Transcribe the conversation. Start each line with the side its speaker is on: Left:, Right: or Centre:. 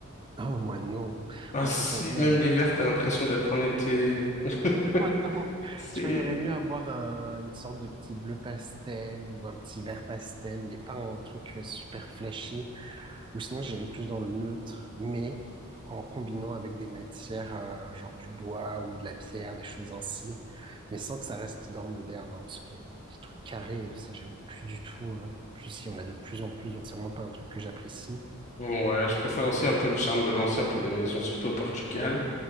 Right: Oh, moi non.
Left: Ah
Right: Moi,
Left: si,
Right: je préfère bien.
Left: même l'hiver, t'as l'impression d'être en été. <laughs>
Right: <laughs> Oh non.
Left: C'est...
Right: Je préférerais mieux avoir un- une sorte de petit bleu pastel ou un petit vert pastel, mais pas un truc euh, super flashy. Ou sinon, j'irais plus dans le neutre, mais en combinant avec des matières, euh, genre du bois ou de la pierre, des choses ainsi, mais sans que ça reste dans le moderne, hein, parce que les trucs carrés, ça, j'aime plus du tout. euh, plus, il y en a de plus en plus, donc c'est vraiment pas un truc que j'apprécie.
Left: Ouais, je préfère aussi un peu le charme de l'ancien pour les maisons, surtout au Portugal.